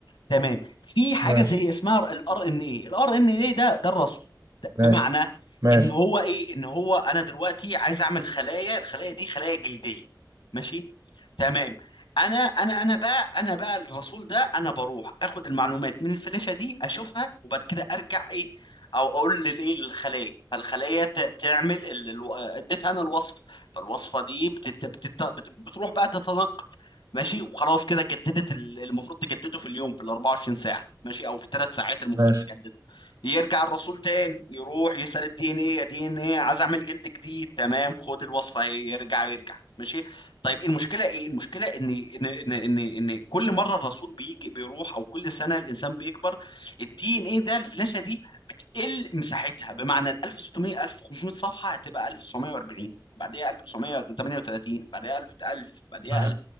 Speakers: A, on the left; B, on the right.
A: تمام في حاجه
B: ماشي
A: زي اسمها الار ان ايه الار ان ايه ده ده الرسول ده بمعنى
B: ماشي ماشي
A: ان هو ايه ان هو انا دلوقتي عايز اعمل خلايا الخلايا دي خلايا جلديه ماشي تمام انا انا انا بقى انا بقى الرسول ده انا بروح اخد المعلومات من الفلاشة دي اشوفها وبعد كده ارجع ايه او اقول للايه للخلية فالخلية ت- تعمل ال- الو- اديتها انا الوصفة فالوصفة دي بتت... بتت... بت... بتروح بقى تتنقل ماشي وخلاص كده جددت ال- المفروض تجدده في اليوم في ال 24 ساعة ماشي او في الثلاث ساعات المفروض
B: ماشي
A: تجدده يرجع الرسول تاني يروح يسأل الدي ان ايه يا دي ان ايه عايز اعمل جلد جديد تمام خد الوصفة اهي يرجع يرجع ماشي طيب المشكله ايه المشكله ان ان ان ان, إن كل مره الرسول بيجي بيروح او كل سنه الانسان بيكبر الدي ان ايه ده الفلاشه دي بتقل مساحتها بمعنى ال 1600 1500 صفحه هتبقى 1940 بعديها 1938 بعديها 1000 1000 بعديها
B: ماشي